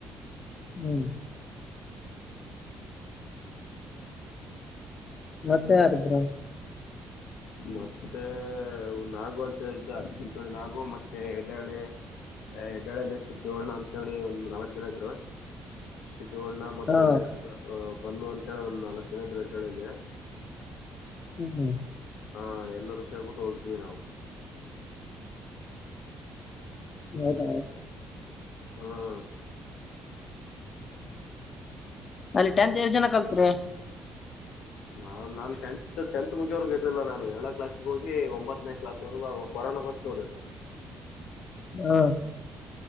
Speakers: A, on the left; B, on the left.
A: ಹ್ಮ್ ಮತ್ತೆ
B: ಹ್ಮ್
A: ಯಾರಿದ್ರು
B: ಮತ್ತೆ ನಾಗು ಅಂತ ಹೇಳಿದ್ದು ಅ ಚಿಚೋಳಿ ನಾಗು ಮತ್ತೆ ಹೆಡಳಿ ಹೆಡಾಳ್ಳಿಯಲ್ಲಿ ಸಿದ್ದೋ್ಣ ಅಂತೇಳಿ ಒಂದು್ ನಾಲ್ಕ್ ಜನ ಇದ್ರು ಚಣ ಮತ್ತೆ
A: ಹಾ
B: ಬಲ್ಲ ಅಂತ ಹೇಳಿ ನಲ್ಕ ದಿನ ಇದ್ರುಡ್ ಹೇಳೆ
A: ಹ್ಮ್ ಹ್ಮ್
B: ಹಾ ಎಲ್ಲರೂ ಸೇರ್ಬಿಟ್ಟು ಹೋಗಿದ್ವಿ ನಾವು
A: ಹೌದ
B: ಹ್ಮ್
A: ಅಲ್ಲಿ ಟಂತ್ ಎಷ್ಟ್ ಜನ ಕಲ್ತ್ರಿ
B: ನಾನ್ ನಾನನ್ ಟೆಂತ್ ಟೆಂತ್ ಮುಗಿಯವರ್ಗ ಇರ್ಲಿಲ್ಲ ನಾನು ಏಳ ಕ್ಲಾಸ್ಗೆ ಹೋಗಿ ಒಂಬತ್ತನೇ ಕ್ಲಾಸ್ ವರೆಗೂ ಕೊರೋನಾ ಬಂದ ನೋಡು
A: ಹ್ಮ